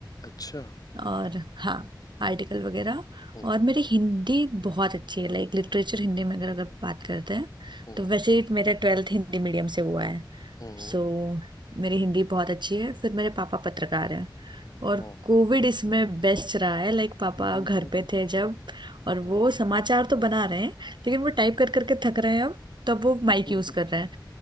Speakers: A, on the left; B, on the right.
A: अच्छा
B: और हाँ आर्टिकल वगैरह
A: हम्म
B: और मेरी हिंदी बहुत अच्छी है लाइक लिटरेचर हिंदी में अगर अगर बात करते हैं
A: हम्म
B: तो वैसे ही मेरा ट्वेल्थ हिंदी मीडियम से हुआ है
A: हम्म
B: सो मेरी हिंदी बहुत अच्छी है फिर मेरे पापा पत्रकार हैं और
A: हम्म
B: कोविड इसमें बेस्ट रहा है लाइक पापा
A: हम्म हम्म
B: घर पे
A: हम्म
B: थे जब और
A: हम्म,
B: वो समाचार तो बना रहे हैं लेकिन
A: हम्म,
B: वो टाइप कर करके थक रहे हैं अब तो अब वो माइक
A: हम्म, हम्म,
B: यूज कर रहे हैं